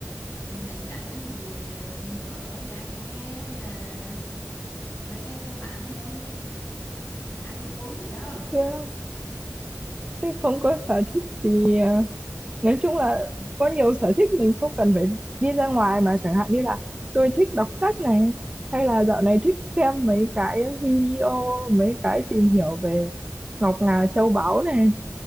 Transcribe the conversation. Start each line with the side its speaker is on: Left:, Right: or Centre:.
Left: rảnh rảnh thì ờ, mở nhạc nghe hay là mấy cái cơ bản thôi. Ăn uống gì đó.
Right: chứ, chứ không có sở thích gì ờ, nói chung là có nhiều sở thích mình không cần phải đi ra ngoài mà chẳng hạn như là tôi thích đọc sách này hay là dạo này thích xem mấy cái video mấy cái tìm hiểu về ngọc ngà châu báu này